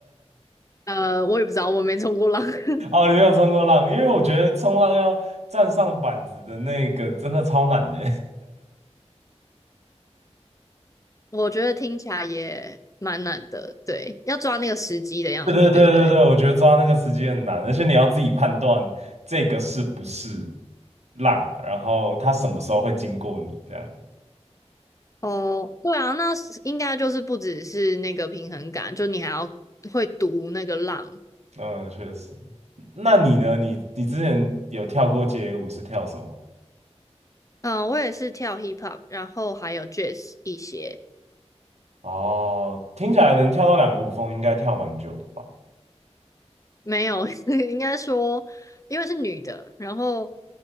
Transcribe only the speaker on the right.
<laughs> 哦，你没有冲过浪，因为我觉得冲浪要站上板子的那个真的超难的。
<laughs> 对对对对对，
我觉得抓那个时机很难，而且你要自己判断这个是不是浪，然后它什么时候会经过你这样。
嗯，确实。那你呢？你你之前有跳过街舞是跳什么？
哦，听起来能跳到两个舞风，应该跳蛮久的吧？